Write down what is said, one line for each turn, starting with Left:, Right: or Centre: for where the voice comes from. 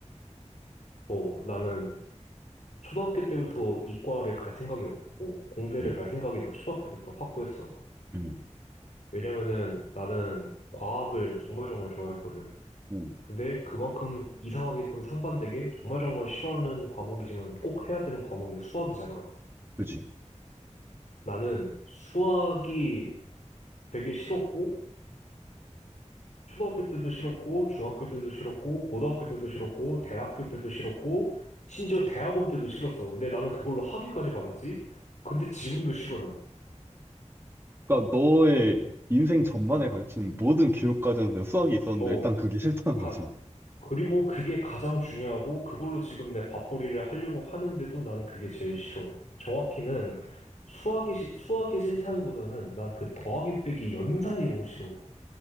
Left: 뭐 나는 초등학교 때부터 이과를 갈 생각이 없고 공대를
Right: 응,
Left: 갈 생각이 나 초등학교 때부터 확고했어.
Right: 응,
Left: 왜냐면은 나는 과학을 정말 정말 좋아했거든.
Right: 응,
Left: 근데 그만큼 이상하게끔 상반되게 정말 정말 싫어하는 과목이지만 꼭 해야 되는 과목이 수학이잖아.
Right: 그지?
Left: 나는 수학이 되게 싫었고 초등학교 때도 싫었고, 중학교 때도 싫었고, 고등학교 때도 싫었고, 대학교 때도 싫었고, 심지어 대학원 때도 싫었어. 근데 나는 그걸로 학위까지 받았지? 근데 지금도 싫어, 난.
Right: 그러니까 너의 인생 전반에 걸친 모든 교육 과정에서 수학이 있었는데
Left: 어,
Right: 일단 그게 싫다는
Left: 가,
Right: 거지.
Left: 그리고 그게 가장 중요하고, 그걸로 지금 내 밥벌이를 하려고 하는데도 나는 그게 제일 싫어. 정확히는 수학이, 시- 수학이 싫다기보다는 난 그 더하기 빼기 연산이 너무 싫어.